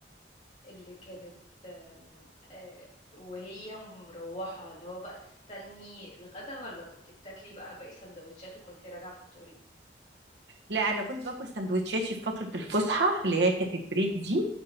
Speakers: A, on the left (about 35°); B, on the right (about 75°).
A: اللي كانت أم، آه، وهي مروحة اللي هو بقى تستني الغدا ولا كنت بتاكلي بقى باقي سندوتشاتك وانت راجعة في الطريق
B: لا انا كنت باكل سندوتشاتي في فترة الفسحة اللي هي كانت البريك دي